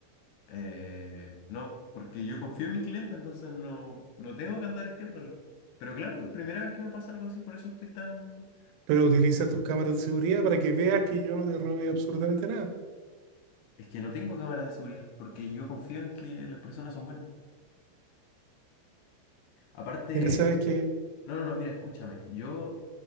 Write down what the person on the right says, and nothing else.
Pero utiliza tus cámaras de seguridad para que veas que yo no te robe absolutamente nada.
Mira, sabes que,